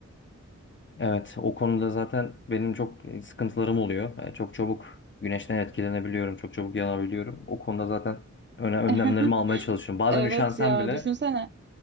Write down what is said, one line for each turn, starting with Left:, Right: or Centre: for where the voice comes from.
Left: Evet, o konuda zaten benim çok sıkıntılarım oluyor. Yani çok çabuk güneşten etkilenebiliyorum, çok çabuk yanabiliyorum. O konuda zaten öne, önlemlerimi
Right: <laughs>
Left: almaya çalışıyorum. Bazen
Right: Evet
Left: üşensem
Right: ya
Left: bile,
Right: düşünsene.